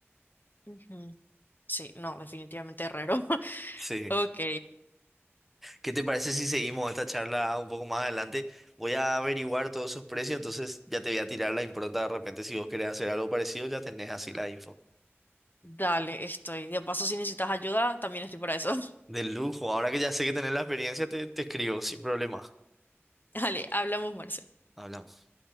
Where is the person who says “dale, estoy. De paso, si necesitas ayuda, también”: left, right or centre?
Left